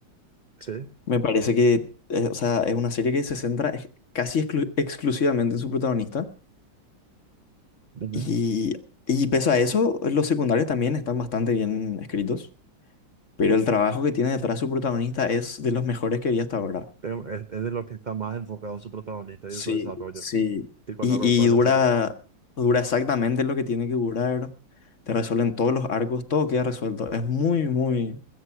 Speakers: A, on the right; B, on the left.
A: sí,
B: Me parece que, eh, o sea, es una serie que se centra ex- casi exclu- exclusivamente en su protagonista.
A: ujú.
B: Y, y pese a eso, los secundarios también están bastante bien escritos. Pero el trabajo que tiene detrás su protagonista es de los mejores que vi hasta ahora.
A: Pero es, es de lo que está más enfocado su protagonista
B: Sí,
A: y en su desarrollo.
B: sí,
A: Tipo,
B: Y,
A: a lo largo de toda
B: y dura,
A: la serie.
B: dura exactamente lo que tiene que durar. Te resuelven todos los arcos, todo queda resuelto. Es muy, muy,